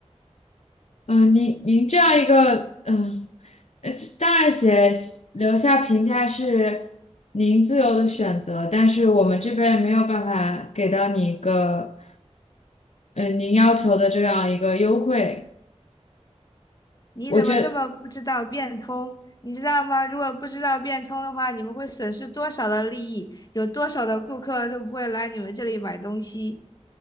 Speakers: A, on the left (about 65°); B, on the left (about 35°).
A: 嗯、您您这样一个嗯，呃这当然写留下评价是您自由的选择，但是我们这边没有办法给到你一个。嗯，呃您要求的这样一个优惠，
B: 你怎么这么不知道变通？
A: 我觉
B: 你知道吗？如果不知道变通的话，你们会损失多少的利益？有多少的顾客都不会来你们这里买东西？